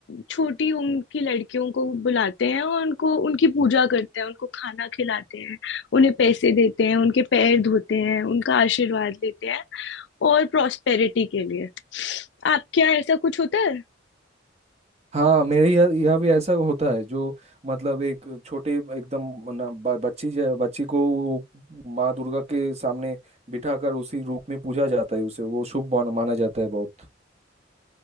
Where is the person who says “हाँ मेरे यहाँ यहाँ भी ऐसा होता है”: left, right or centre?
Right